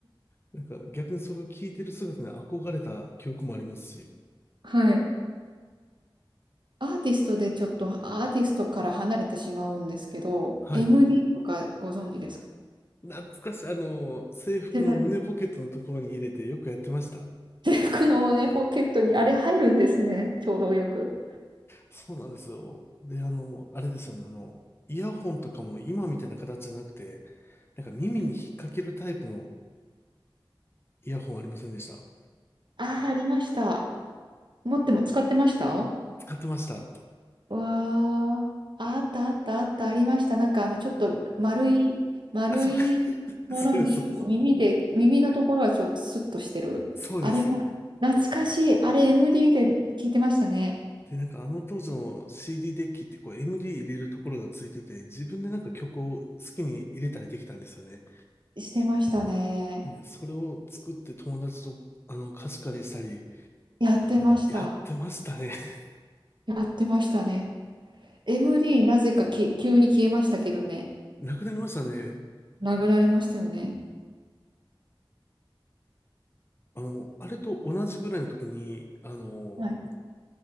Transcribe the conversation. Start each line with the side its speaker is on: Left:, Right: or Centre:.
Left: なんか逆にそれを聞いてる姿に憧れた記憶もありますし、
Right: はい。アーティストでちょっとアーティストから離れてしまうんですけど、
Left: はい。
Right: MD とかご存知ですか
Left: 懐かしい、あの、制服の胸ポケットのところに入れてよくやってました。
Right: 手だって服のね、ポケットにあれ入るんですね。ちょうどよく。
Left: そうなんですよ。で、あの、あれですよね、あの、イヤホンとかも今みたいな形じゃなくて、なんか耳に引っ掛けるタイプの
Right: うん
Left: イヤホンありませんでした。
Right: ああ、ありました。持っても使ってました
Left: 使ってました。
Right: わあ、あったあったあった、ありました。なんかあの、ちょっと丸い、丸いものに、
Left: あ、そう、<laughs> そうです、そうです。
Right: ちょっと耳で、耳のところはちょっとスッとしてる。
Left: そうです。
Right: あれか、懐かしい。あれ MD で聞いてましたね。
Left: で、なんかあの当時の CD ディーデッキってこう MD 入れるところがついてて、自分でなんか曲を好きに入れたりできたんですよね。
Right: してましたね。
Left: で、それを作って友達とあの貸し借りしたり
Right: やってました。
Left: やってましたね。<laughs>
Right: やってましたね。MD なぜかき急に消えましたけどね。
Left: なくなりましたね。
Right: なくなりましたよね。
Left: あの、あれと同じぐらいの時に、あの、
Right: はい。